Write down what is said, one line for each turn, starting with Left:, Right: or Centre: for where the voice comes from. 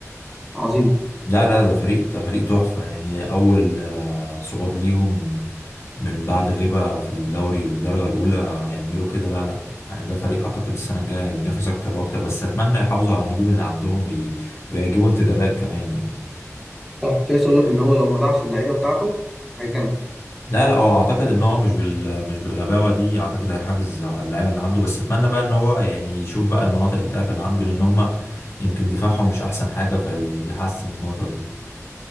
Centre: عظيمه
Left: لا لا ده فريق ده فريق تحفة يعني أول آه، صعود ليهم من بعد غيبة في الدوري الدرجة الأولى يعملوا كده لا لا يعني ده فريق أعتقد السنة الجاية ينافس أكتر وأكتر بس أتمنى يحافظوا على النجوم اللي عندهم وي... ويجيبوا انتدابات كمان يعني.
Centre: صح كنت لسه اقول لك ان هو لو ما باعش اللعيبه بتاعته هيكمل
Left: لا لا هو اعتقد ان هو مش بال مش بالغباوه دي اعتقد هيحافظ على اللعيبه اللي عنده بس اتمنى بقى ان هو يعني يشوف بقى المناطق الضعف اللي عنده لان هم يمكن دفاعهم مش احسن حاجه فيحسن النقطه دي